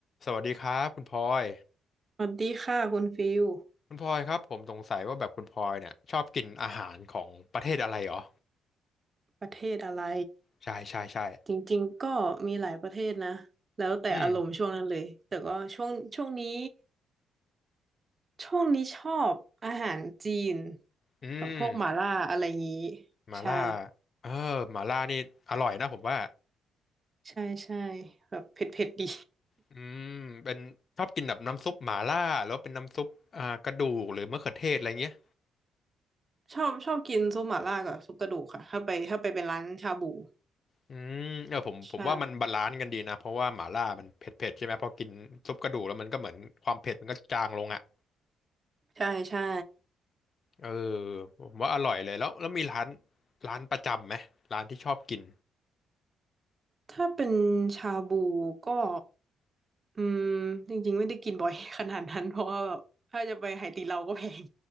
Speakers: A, on the left; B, on the right.
A: สวัสดีครับคุณพลอย
B: สวัสดีค่ะคุณฟิล
A: คุณพลอยครับผมสงสัยว่าแบบคุณพลอยเนี่ยชอบกินอาหารของประเทศอะไรเหรอ
B: ประเทศอะไร
A: ใช่ใช่ใช่
B: จริงๆก็มีหลายประเทศนะแล้วแต่อารมณ์ช่วงนั้นเลยแต่ก็ช่วงช่วงนี้
A: อืม
B: ช่วงนี้ชอบอาหารจีน
A: อืม
B: แบบพวกหม่าล่าอะไรงี้
A: หมาล่า
B: ใช่
A: เออหมาล่านี่อร่อยนะผมว่า
B: ใช่ใช่แบบเผ็ดๆดี
A: อืมเป็นชอบกินแบบน้ำซุปหมาล่าหรือว่าเป็นน้ำซุปอ่ากระดูกหรือมะเขือเทศอะไรเงี้ย
B: ชอบชอบกินซุปหม่าล่ากับซุปกระดูกค่ะถ้าไปถ้าไปเป็นร้านชาบู
A: อืมเออผมผมว่ามันบาลานซ์กันดีนะเพราะว่าหมาล่ามันเผ็ดเผ็ดใช่ไหมพอกินซุปกระดูกแล้วมันก็เหมือนความเผ็ดมันก็จางลงอ่ะ
B: ใช่ใช่ใช่
A: เออผมว่าอร่อยเลยแล้วแล้วมีร้านร้านประจำไหมร้านที่ชอบกิน
B: ถ้าเป็นชาบูก็อืมจริงๆไม่ได้กินบ่อย <laughs> ขนาดนั้นเพราะว่าแบบถ้าจะไปไหตีเราก็แพง